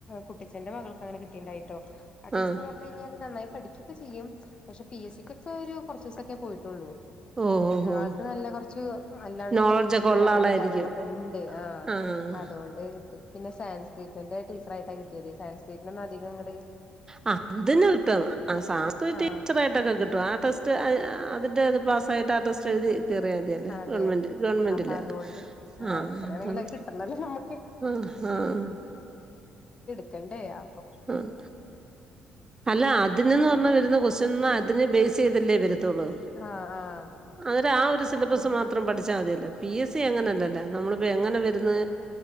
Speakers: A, on the left; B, on the right.
A: കുട്ടിച്ചഛന്റെ മകൾക്ക് അങ്ങനെ കിട്ടിണ്ടായിരുന്ന് ട്ടൊ അടീച്ചറ്ന്ന്
B: ആഹ്
A: പറഞ്ഞു കഴിഞ്ഞാല് നന്നായിട്ട് പഠിക്കൊക്കെ ചെയ്യും പക്ഷെ പി എസ് സി ക്കൊക്കെ ഒരു കുറച്ച് ദിവസൊക്കെ പോയിട്ടുള്ളൂ
B: ഓഹ് ഓഹ് ഓഹ്
A: ആൾക്ക് നല്ല കുറച്ച് അല്ലാണ്ട്
B: നോളജൊക്കെ
A: തന്നെ കൊറച്ചൊരു
B: ഉള്ള
A: അറിവും
B: ആളായിരിക്കും
A: കാര്യങ്ങളൊക്കെ ണ്ട് ആ
B: ആഹ്
A: അതുകൊണ്ട്, അത് കിട്ടി പിന്നെ സയൻസ്ക്രീറ്റിന്റെ ടീച്ചറായിട്ടാ കിട്ടിയത് സയൻസ്ക്രീ അധികം ങ്ങട്
B: അ അതിന് കിട്ടും സാംസ്കൃറ്റ്
A: ആ
B: ടീച്ചറായിട്ടൊക്കെ കിട്ടും ആ ടെസ് റ്റ് <unintelligible> അതിന്റെത് പാസായിട്ട് ആ ടെസ്റ്റ് എഴുതി കേറിയാ മതിയല്ല
A: അതെ
B: ഗവമെന്റ് ഗവൺമെന്റില്
A: അപ്പൊ അതുകൊണ്ട്
B: ആഹ്
A: എത്രയാണെങ്കിലും
B: അപ്പം
A: കിട്ടണല്ലോ നമ്മുക്ക്
B: ആഹ് ആഹ്
A: ക്കെണ്ടേ അ
B: ആഹ് അല്ല അതിനന്ന് പറഞ്ഞ വരുന്ന കൊസ് ന്ന അതിന് ബേസ് ചെയ്തല്ലേ വര ത്തൊള്ള്
A: ആഹ് ആഹ്
B: അന്നേരം ആ ഒരു സിലബസ്
A: അങ്ങനെ
B: മാത്രം പഠിച്ചാ മതിയല്ലൊ പി. എസ്. സി അങ്ങനല്ലല്ല നമ്മള് ഇപ്പ എങ്ങന വെ ന്ന്